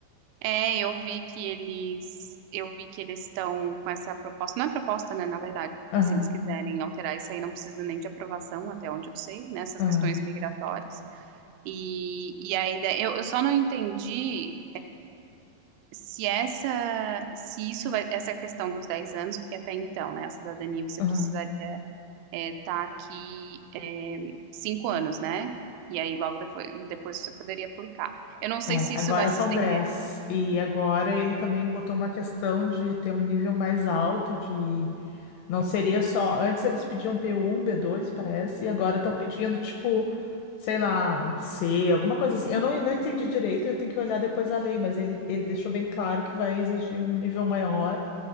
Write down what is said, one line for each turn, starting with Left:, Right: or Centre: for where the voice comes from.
Right: É, eu vi que eles, eu vi que eles estão com essa proposta, não é proposta, né, na verdade, porque
Left: Aham,
Right: se eles quiserem alterar isso aí não precisa nem de aprovação, até onde eu sei, nessas
Left: aham,
Right: questões migratórias. E, e a ideia, eu, eu só não entendi se essa, se isso vai, essa questão dos 10 anos, porque até então, né, a cidadania você
Left: aham.
Right: precisaria estar aqui é, cinco anos, né? E aí logo depois, depois você poderia aplicar. Eu não sei
Left: É,
Right: se
Left: agora
Right: isso vai
Left: são
Right: se estender.
Left: dez E agora ele também botou uma questão de ter um nível mais alto de. Não seria só. Antes eles pediam p um, b dois parece, e agora estão pedindo, tipo, sei lá, um C, alguma coisa assim. Eu não, não entendi direito, eu tenho que olhar depois a lei, mas ele, ele deixou bem claro que vai exigir um nível maior